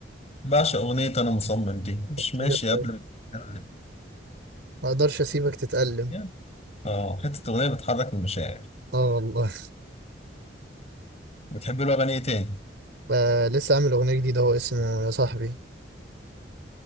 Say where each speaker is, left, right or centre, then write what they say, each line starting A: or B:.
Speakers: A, on the left; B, on the right.
A: بعشق أغنية أنا مصمم دي مش
B: جامد
A: ماشي
B: قوي
A: قبل ما تتكلم
B: ما اقدرش اسيبك تتألم
A: يعني آه حتة أغنية بتحرك المشاعر
B: اه والله
A: بتحب له أغاني إيه تاني؟
B: ب- لسه عامل اغنيه جديده هو اسمه يا صاحبي